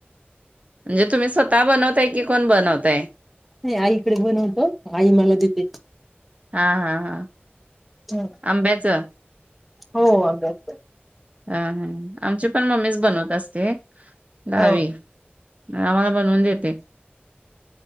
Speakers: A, on the right (about 35°); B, in the centre.
A: म्हणजे तुम्ही स्वतः बनवताय की कोण बनवताय
B: नाही आईकडे बनवतो आई मला देते
A: हा हा हा
B: हं.
A: आंब्याचं
B: हो अंदाज.
A: हम हम आमचे. पण मम्मीच बनवत असते. दडावी
B: ह
A: नाही आला बनवून देते.